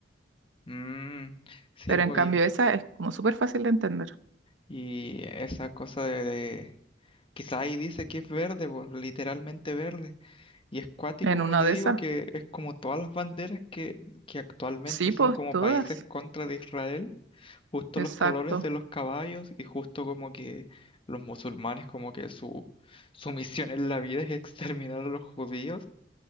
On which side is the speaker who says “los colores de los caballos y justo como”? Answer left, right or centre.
Left